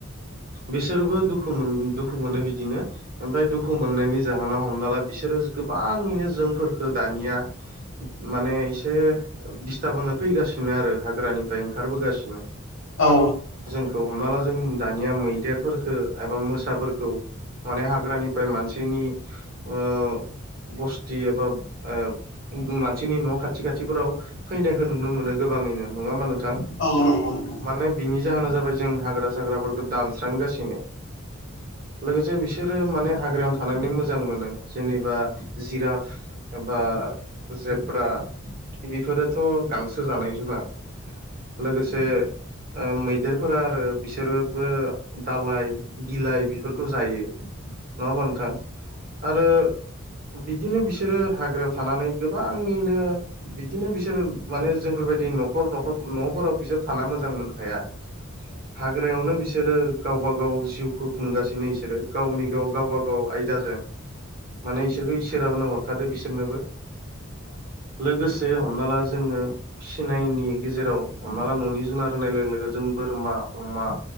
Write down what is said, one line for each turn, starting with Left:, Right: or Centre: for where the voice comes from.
Right: बिसोरबो दुखु मोन दुखु मोनो बिदिनो ओमफ्राय दुखु मोननायनि जाहोनाव हमना ला बिसोरो गोबाङैनो जोंफोरखो दानिया माने एसे दिस्थाब होनो फैगासिनो आरो हाग्रानिफ्राय ओंखारबोगासिनो
Left: औ
Right: जोंखौ हमना ला जों दानिया मैदेरफोरखौ एबा मोसाफोरखौ माने हाग्रानिफ्राय मानसिनि ओ बस्ति एबा ओ मानसिनि न खाथि खाथिफोराव फैनायखौ नुनो मोनो गोबाङैनो नङा होमबा नोंथां
Left: औ नोंथां
Right: मानोना बिनि जाहोना जाबाय जों हाग्रा साग्राफोरखौ दानस्रांगासिनो लोगोसे बिसोरो माने हाग्रायावनो थानानै मोजां मोनो जेनेबा जिराप एबा जेब्रा बेफोरोथ गांसो जानाय जुनार लोगोसे ओ मैदेरफोरा आरो बिसोरबो दालाइ बिलाइ बेफोरखौ जायो नङा होनबा नोंथां आरो बिदिनो बिसोरो हाग्रायाव थानानै गोबाङैनो बिदिनो बिसोर माने जोंफोरबायदि न'खर नखर न'फोराव बिसोर थाना मोजां मोनखाया। हाग्रायावनो बिसो बिसोरो गावब गाव जिउखौ खुंगासिनो बिसोरो गावनि गाव गावबा गाव आयदाजों। माने इसोरखौ इसोराबो न हरखादो बिसोरनोबो लोगोसे से हमना ला जोङो फिसिनायनि गेजेराव हमना ला न'नि जुनार होनाय लोगो लोगो जों बोरमा अमा